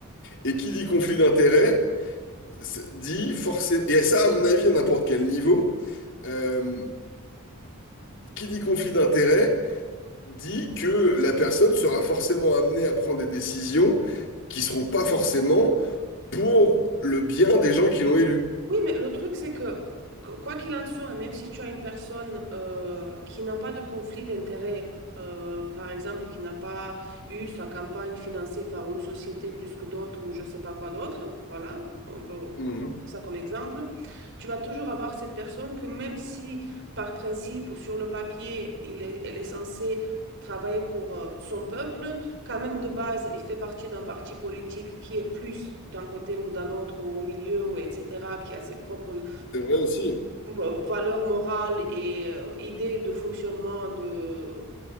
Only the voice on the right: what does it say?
Oui, mais le truc, c'est que, qu- quoi qu'il en soit, même si tu as une personne euh, qui n'a pas de conflit d'intérêt, euh, par exemple, qui n'a pas eu sa campagne financée par une société plus que d'autres ou je sais pas quoi d'autre, voilà, on peut prendre
ça comme exemple, tu vas toujours avoir cette personne que même si par principe ou sur le papier, il est, elle est censée travailler pour euh, son peuple, quand même de base, il fait partie d'un parti politique qui est plus d'un côté ou d'un autre ou au milieu ou etc., qui a ses propres
euh, valeurs morales et euh, idées de fonctionnement de,